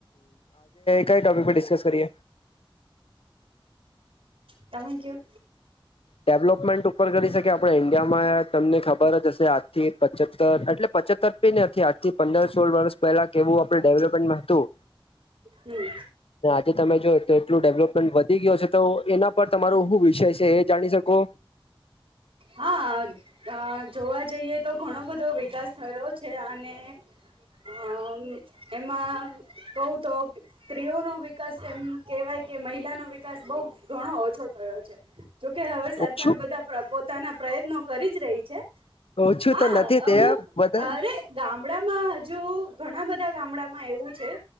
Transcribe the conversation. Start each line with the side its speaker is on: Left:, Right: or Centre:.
Left: કઈ ટોપિક પરે ડિસ્કસ કરીએ?
Right: તમે કેવો?
Left: ડેવલોપમેન્ટ ઉપર કરી શકીએ આપણે ઈન્ડિયામાં તમને ખબર જ હશે આજ થી પચતર એટલે પચતર પી આજ થી પંદર સોળ વર્ષ પહેલા કેવું આપડે ડેવલપમેન્ટમાં હતું.
Right: હમ્મ.
Left: જે તમે જોય તો એટલું ડેવલપમેન્ટ વધી ગયો છે તો એના પર તમારો હું વિષય છે એ જાણી શકો?
Right: હા જોવા જઈએ તો ઘણો બધો વિકાસ થયો છે અને અ એમાં કવું તો સ્ત્રીઓ નો વિકાસ એમ કેવાય કે મહિલા ન વિકાસ બહ ઘણો ઓછો થયો છે. જોકે હવે સરકાર
Left: ઓછું
Right: બધા પ્રપો પ્રયત્નો કરીજ રહી છે.
Left: ઓછું
Right: હા
Left: તો નથી
Right: અમુક
Left: તે બધા
Right: અરે ગામડા હજુ ઘણા બધા ગામડામાં એવું છે